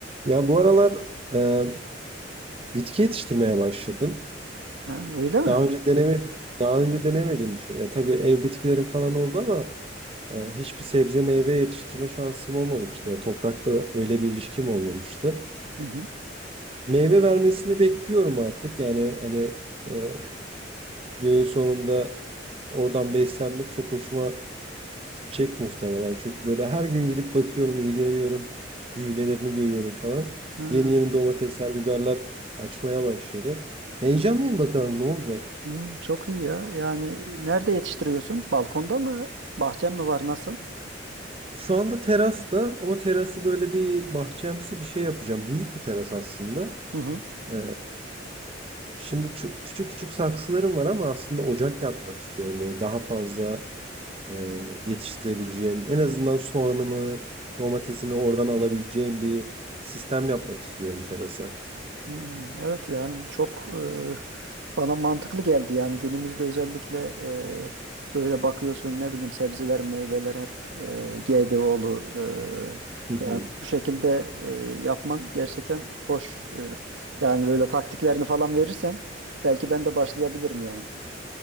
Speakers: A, on the right (about 30°); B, on the right (about 80°).
A: Ya bu aralar e, bitki yetiştirmeye başladım.
B: Ha, öyle mi?
A: Daha önce denemedim. Daha önce denemediğim bir şey. Ya tabii ev bitkilerim falan oldu ama e, hiçbir sebze meyve yetiştirme şansım olmamıştı. Ya toprakta öyle bir ilişkim olmamıştı.
B: Hı hı.
A: Meyve vermesini bekliyorum artık. Yani hani e, günün sonunda oradan beslenmek çok hoşuma Gidecek muhtemelen. Çünkü böyle her gün gidip bakıyorum, ilgileniyorum, büyümelerini görüyorum falan.
B: Ha,
A: Yeni yeni domatesler, biberler açmaya başladı. Heyecanlıyım bakalım ne olacak.
B: hı, çok iyi ya. Yani e, nerede yetiştiriyorsun? Balkonda mı? Bahçen mi var? Nasıl?
A: Şu anda terasta ama terası böyle bir bahçemsi bir şey yapacağım. Büyük bir teras aslında.
B: Hı hı.
A: Ee, şimdi çu- küçük küçük saksılarım var ama aslında ocak yapmak istiyorum. Böyle daha fazla e, yetiştirebileceğim, en azından soğanımı, domatesimi oradan alabileceğim bir sistem yapmak istiyorum terasa.
B: Hı, evet yani çok e, bana mantıklı geldi yani günümüzde özellikle e, böyle bakıyorsun ne bileyim sebzeler meyveler hep e, GDO'lu
A: Hı hı.
B: e, yani bu şekilde e, yapman gerçekten hoş. E, yani böyle taktiklerini falan verirsen belki ben de başlayabilirim yani.